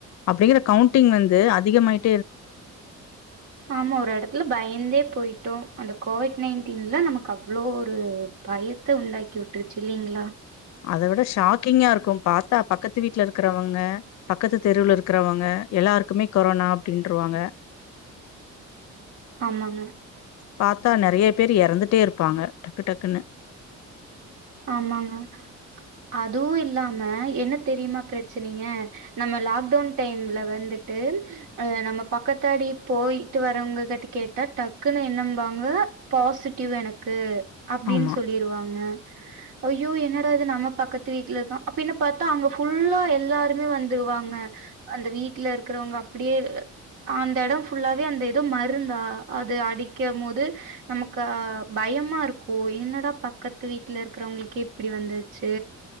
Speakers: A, on the left; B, on the right.
A: அப்டிங்கற கவுண்டிங் வந்து அதிகமாயிட்
B: ஆமா ஒரு எடத்துல பயந்தே போயிட் டோ அந்த கோவிட் நைன்டீன்ல நமக்கு அவ்ளோ ஒரு பயத்த உண்டாக்கி விட்டுருச்சு இல்லைங்களா
A: அத விட ஷாக்கிங்கா இருக்கும் பாத்தா பக்கத்து வீட் ல இருக்கறவங்க பக்கத்து தெருவுல இருக்கறவங்க எல்லாருக்குமே கொரோனா அப்டின்ருவாங்க
B: ஆமாங்க
A: பார்த்தா நறைய பேரு இறந்துட் டே இருப்பாங்க டக்கு டக்கு க்குனு
B: ஆமாங்க அதுவு இல்லாம என்ன தெரியுமா பிரச்சனைங்க நம்ம லாக்டவுன் டைம்ல வந்துட்டு அ நம்ம பக்கத்தாடி போயிட்டு வர்றவங்க கிட்ட கேட்டா டக்குன்னு என்னம்பாங்க பாசிட்டிவ் எனக்கு அப்டினு
A: ஆமா
B: சொல்லிருவாங்க ய்யோ என்னடா இது நம்ம பக்கத்து வீட்டுல இருக்கா அப்படினு பார்த்தா அங்க ஃபுல்லா எல்லாருமே வந்துருவாங்க அந்த வீட்டுல இருக்கிறவங்க அப்படியே அந்த எடம் ஃபுல்லாவே அந்த எது மருந்தா அது அடிக்கம் போது நமக்கு பயமா இருக்கும் என்னடா பக்கத் பத்து வீட்டுல இருக்கிறவங்களுக்கே இப்படி வந்துச்சு